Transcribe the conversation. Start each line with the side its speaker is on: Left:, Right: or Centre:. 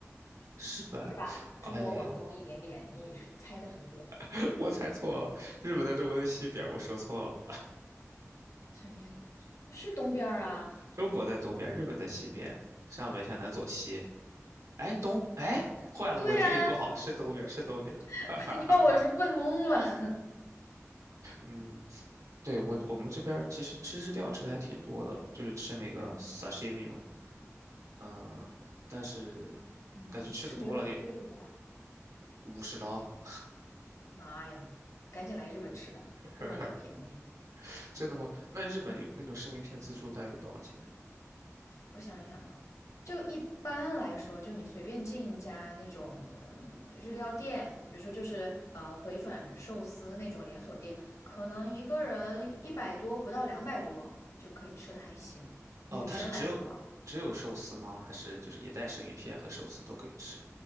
Right: 日本，
Left: 是吧？中国往东一点点，
Right: 哎，
Left: 你猜的很准。
Right: <laughs> 我猜错了，日本在中国的西边，我说错了，
Left: 上一在是东边儿啊？
Right: 中国在东边，日本在西边，上北下南左西。哎，东，哎，坏了，
Left: 对呀、
Right: 我地理不好，
Left: 啊，
Right: 是东边，是东边，
Left: <laughs>
Right: <laughs> 哈哈哈。
Left: 我你把我是问懵了。
Right: 嗯，对，
Left: <laughs>
Right: 我我们这边儿其实吃日料吃的还挺多的，
Left: 嗯
Right: 就是吃那个
Left: 啊，
Right: sashimi 嘛，嗯、但是
Left: 嗯，
Right: 感觉吃的多了也
Left: 是不是有点贵呀？
Right: 五十刀，
Left: 妈呀，赶紧来日本吃吧，
Right: <laughs>
Left: 日本可便宜了。
Right: 真的吗？那日本有那种生鱼片自助大约得多少钱？
Left: 我想一想啊，就一般来说，就你随便进一家那种嗯日料店，比如说就是呃回转寿司那种连锁店，可能一个人一百多不到两百多就可以吃的还行。
Right: 哦，
Left: 女生来说啊，
Right: 它是只有只有寿司吗？还是就是也带生鱼片和寿司都可以吃？